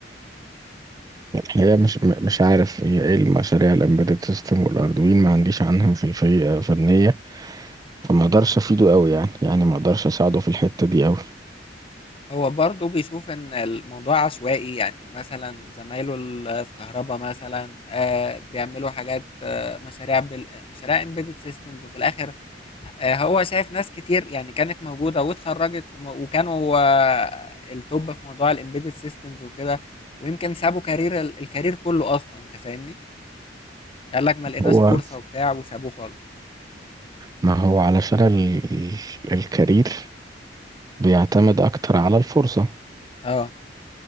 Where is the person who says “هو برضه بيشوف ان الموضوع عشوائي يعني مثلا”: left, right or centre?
Left